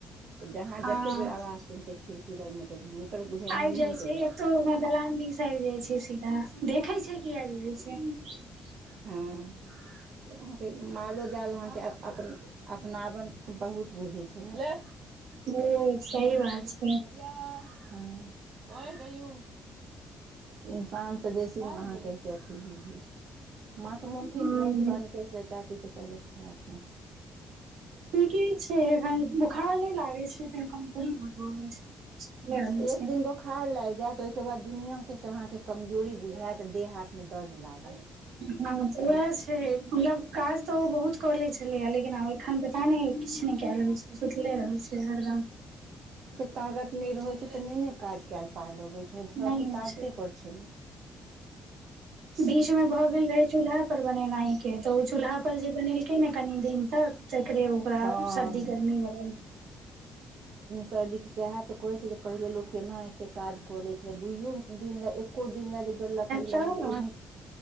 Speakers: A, on the right; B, on the right.
A: तऽ जहाँ
B: हँ
A: जते बेर आवाज सुनतै खिड़की लग मे तऽ हुनकर बुझाइ
B: आबि
A: मुन
B: जाइ
A: मुन
B: छै
A: के गाय
B: एतो
A: छनि
B: दलान दिस आबि जाइ छै सीधा देखै छै की आबि जाइ छै
A: हूं अहाँके मालो जाल अहाँके अप अपनावन बहुत बुझै छै ने
B: ओ सही बात छै
A: गैआ हूं ओय गैयू इन्सान सँ बेसी अहाँके से अथी बुझै छै माँ के मोन ठीक
B: हूँ
A: भेल सिवानी कहै छलैया चाची के तबियत खराब छनि
B: ठीके छै एखन बोखार नय लागै छै त कमजोरी बहुत भे छै सुतले रहै
A: एक
B: छै
A: दिन बोखार लागि जेत तय के बाद दुनिया के से अहाँ के कमजोरी बुझायत देह हाथ मे दर्द लागत
B: हँऽ उएह
A: हम
B: छै मतलब काज त ओऽ बहुत क लै छलैया लेकिन आब एखन पता नय किछ नय कलि होइ छै सुतले रहै छै हरदम
A: ताकत नय रहै छै तऽ नय ने काज कायल पार लगै छै न सबचीज
B: नहि होइ
A: ताकते पर छै न
B: बीच मे भऽ गेल रहे चूल्हा पर बनेनाइ के तऽ ओ चूल्हा पर जे बनेलकै ने कनी दिन तक तकरे ओकरा
A: हँ
B: सर्दी गर्मी आ
A: सर्दीे सएह तऽ कहै छै जे पहिले लोक केना एते काज कऽ लै छलै दुइयो दिन ले एको दिन ले जे लकड़ी
B: तऽ
A: लग ओहि दिन